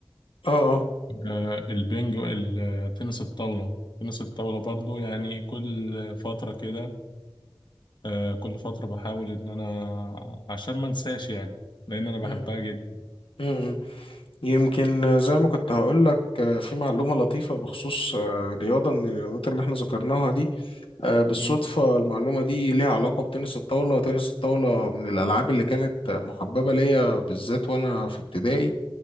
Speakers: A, on the left; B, on the left.
A: اه آه.
B: آه، البنج التنس الطاولة تنس الطاولة برضو يعني كل فترة كده آه كل فترة بحاول إن أنا عشان ما أنساش يعني لأن أنا
A: مم.
B: بحبها جدا
A: مم، مم. يمكن زي ما كنت هقول لك آه، في معلومة لطيفة بخصوص آه، رياضة من الرياضات اللي احنا ذكرناها دي آه، بالصدفة
B: مم.
A: المعلومة دي ليها علاقة بتنس الطاولة تنس الطاولة من الألعاب اللي كانت محببة ليا بالذات وأنا في ابتدائي